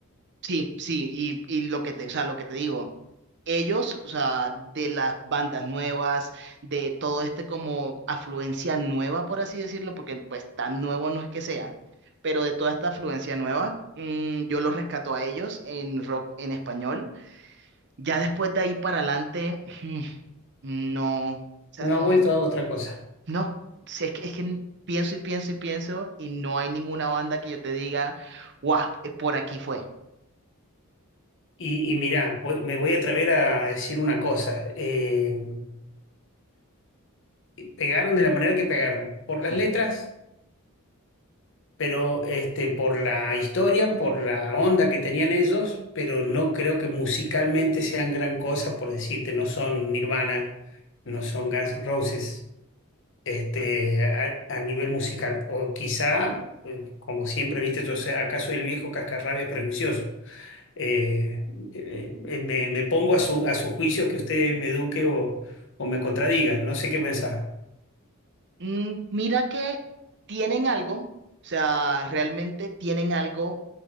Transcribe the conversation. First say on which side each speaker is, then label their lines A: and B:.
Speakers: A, on the right; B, on the left.
A: Sí, sí, y, y lo que te, o sea, lo que te digo, ellos, o sea, de las bandas nuevas, de todo este como afluencia nueva, por así decirlo, porque pues tan nuevo no es que sea, pero de toda esta afluencia nueva, mm, yo los rescato a ellos en rock en español Ya después de ahí para adelante, <sighs> no, o sea,
B: No
A: no,
B: ha vuelto a otra cosa.
A: no, Si es que, es que pienso y pienso y pienso y no hay ninguna banda que yo te diga, guau, eh, por aquí fue.
B: Y, y mirá, voy- me voy a atrever a decir una cosa. eh, pegaron de la manera que pegaron, por las
A: Ujú.
B: letras pero este, por la historia, por la onda que tenían ellos, pero no creo que musicalmente sean gran cosa, por decirte, no son Nirvana, no son Guns N' Roses, este, a, a nivel musical. O quizá, eh, como siempre, viste, yo sé, acaso el viejo cascarrabias prejuicioso. Eh, eh, eh, me, me pongo a su, a su juicio que usted me eduque o, o me contradiga, no sé qué pensar.
A: Mm, mira que tienen algo, o sea, realmente tienen algo,